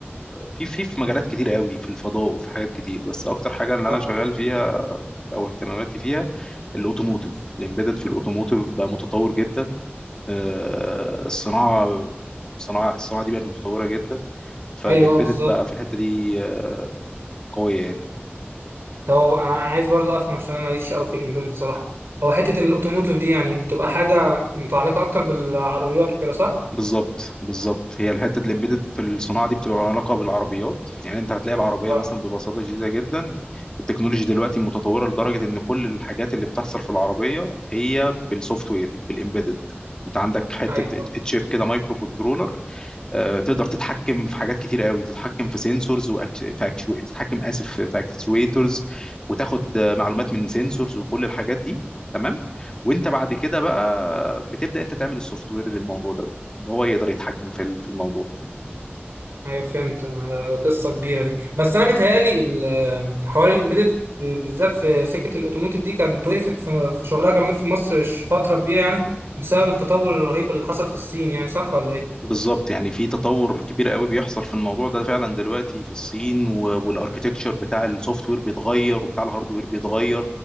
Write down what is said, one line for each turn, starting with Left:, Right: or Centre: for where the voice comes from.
Left: في في في مجالات كتير قوي في الفضاء وفي حاجات كتير بس اكتر حاجه اللي
Right: آه،
Left: انا شغال فيها او اهتماماتي فيها الاوتوموتيف الامبيدد في الاوتوموتيف بقى متطور جدا آه، الصناعه الصناعه الصناعه دي بقت متطوره جدا فالامبيدد
Right: ايوه آه، بالظبط
Left: بقى في الحته دي آه، قويه يعني
Right: طب هو انا عايز برضو افهم عشان انا ماليش قوي في الامبيدد بصراحه هو حته الاوتوموتيف دي يعني بتبقى حاجه متعلقه اكتر بالعربيات وكده صح؟
Left: بالظبط بالظبط هي الحته الامبيدد في الصناعه دي بتبقى لها علاقه بالعربيات يعني انت هتلاقي العربيه
Right: آه.
Left: مثلا ببساطه شديده جدا التكنولوجي دلوقتي متطوره لدرجه ان كل الحاجات اللي بتحصل في العربيه هي بالسوفت وير بالامبيدد انت عندك حته
Right: ايوه
Left: تشيب كده مايكرو كنترولر آه، تقدر تتحكم في حاجات كتير قوي تتحكم في سنسورز في actua- تتحكم اسف في اكتويترز وتاخد آه، معلومات من سنسورز وكل الحاجات دي تمام وانت بعد كده بقى بتبدا انت تعمل السوفت وير للموضوع ده ان هو يقدر يتحكم في ال- في الموضوع ده
Right: ايوه فهمت آه، ده قصه كبيره دي بس انا متهيألي ال- حوار الامبيدد بالذات في سكه الاوتوموتيف دي كانت وقفت في في شغلها كان وقف في مصر ش- فتره كبيره يعني بسبب التطور الرهيب اللي حصل في الصين يعني صح ولا ايه؟
Left: بالظبط يعني في تطور كبير قوي بيحصل في الموضوع ده فعلا دلوقتي في الصين و- والاركتكتشر بتاع السوفت وير بيتغير وبتاع الهارد وير بيتغير